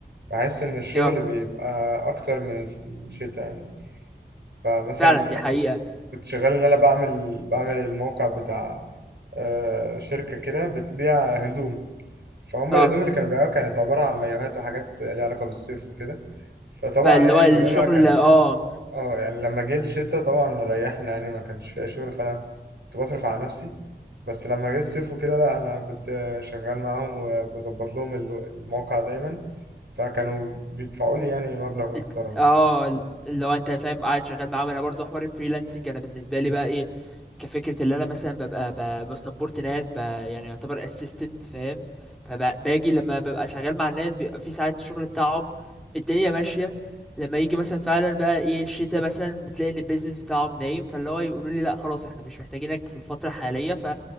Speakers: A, on the right; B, in the centre.
A: بحس ان الشغل
B: اه
A: بيبقى اكتر من الشتاء يعني فمثلا
B: فعلا دي حقيقة
A: كنت شغال ان انا بعمل بعمل الموقع بتاع آه، شركة كده بتبيع هدوم فهم
B: اه
A: الهدوم اللي كانوا بيبيعوها كانت عبارة عن مايوهات وحاجات ليها علاقة بالصيف وكده فطبعا
B: فاللي
A: يعني
B: هو الشغل
A: شغلنا كان
B: اه
A: اه يعني لما جه الشتا طبعا ريحنا يعني ما كانش فيها شغل فأنا كنت بصرف على نفسي بس لما جه الصيف وكده لا أنا كنت شغال معاهم وبظبط لهم الو- الموقع دايما فكانوا بيدفعوا لي يعني مبلغ محترم
B: الد-
A: انت
B: اه
A: فاهم
B: اللي هو انت فاهم قاعد شغال معاهم انا برضو حوار الفريلانسنج انا بالنسبه لي بقى ايه كفكره اللي انا مثلا ببقى ب- بسبورت ناس ب يعني يعتبر اسيستنت فاهم فباجي لما ببقى شغال مع الناس بيبقى في ساعات الشغل بتاعهم الدنيا ماشيه لما يجي مثلا فعلا بقى ايه الشتاء مثلا بتلاقي ان البيزنس بتاعهم نايم فاللي هو يقولوا لي لا خلاص احنا مش محتاجينك في الفتره الحاليه ف